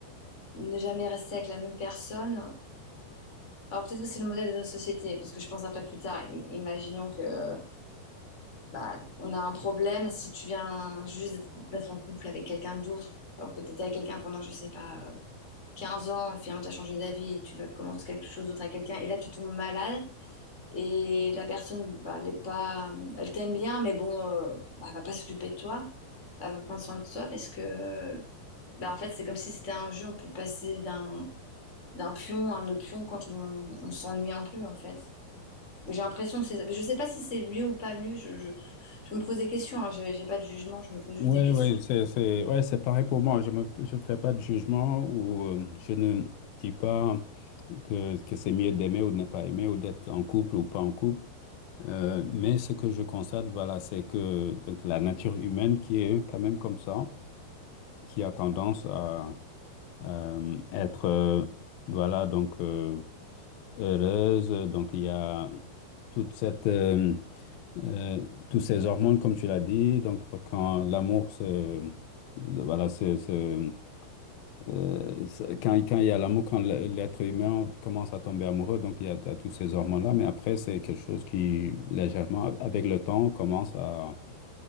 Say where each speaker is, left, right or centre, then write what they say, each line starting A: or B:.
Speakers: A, on the left (about 15°); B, on the left (about 75°).
A: ne jamais rester avec la même personne alors peut-être que c'est le modèle de notre société parce que je pense après plus tard i- imaginons que bah, on a un problème si tu viens juste de te mettre en couple avec quelqu'un d'autre, alors que tu étais avec quelqu'un pendant, je sais pas, euh, 15 ans, et finalement tu as changé d'avis, et tu veux- commences quelque chose d'autre avec quelqu'un, et là tu tombes malade, et la personne, bah, elle est pas, euh, elle t'aime bien, mais bon, euh, bah, elle va pas s'occuper de toi, elle va prendre soin de toi, parce que, euh, bah, en fait, c'est comme si c'était un jeu, on peut passer d'un d'un pion à un autre pion quand on, on s'ennuie un peu, en fait. Mais J'ai l'impression que c'est, mais je sais pas si c'est mieux ou pas mieux, je, je- je me pose des questions, hein, j'ai j'ai pas de jugement, je me pose juste
B: Ouais,
A: des questions.
B: ouais, c'est, c'est, ouais, c'est pareil pour moi. Je me, je fais pas de jugement ou euh, je ne dis pas que, que c'est mieux d'aimer ou de ne pas aimer ou d'être en couple ou pas en couple. Euh, mais ce que je constate, voilà, c'est que donc la nature humaine qui est quand même comme ça, qui a tendance à euh, être, euh, voilà, donc euh, heureuse. Donc il y a toute cette euh, euh, tous ces hormones, comme tu l'as dit, donc p- quand l'amour se, le- voilà, se, se- euh, se- quand, quand il y a l'amour, quand l- l'être humain commence à tomber amoureux, donc il y a, t- toutes ces hormones-là, mais après, c'est quelque chose qui, légèrement, a- avec le temps, commence à,